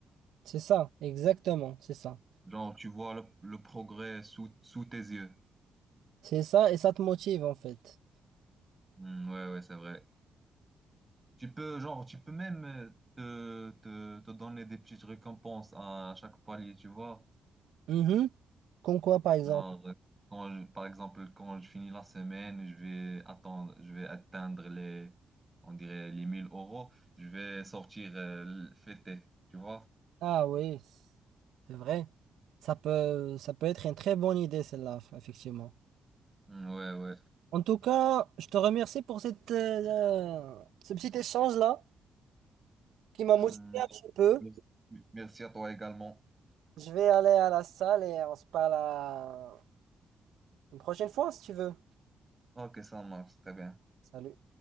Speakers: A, on the right; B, on the right.
A: C'est ça, exactement, c'est ça.
B: Genre, tu vois le, le progrès sous, sous tes yeux.
A: C'est ça et ça te motive en fait.
B: Hmm, ouais, ouais, c'est vrai. Tu peux, genre, tu peux même euh, te, te, te donner des petites récompenses à chaque palier, tu vois.
A: Mhm. Comme quoi, par exemple?
B: Genre, euh, quand je- par exemple, quand je finis la semaine, je vais attendre, je vais atteindre les, on dirait, les 1000 euros. Je vais sortir euh, le- fêter, tu vois.
A: Ah oui, c'est vrai. Ça peut, ça peut être une très bonne idée, celle-là, effectivement.
B: Hmm, ouais, ouais.
A: En tout cas, je te remercie pour cette, euh, ce petit échange-là qui
B: Hmm,
A: m'a motivé un petit peu.
B: merci merci à toi également.
A: Je vais aller à la salle et on se parle à- une prochaine fois, si tu veux.
B: Ok, ça marche, très bien.
A: Salut.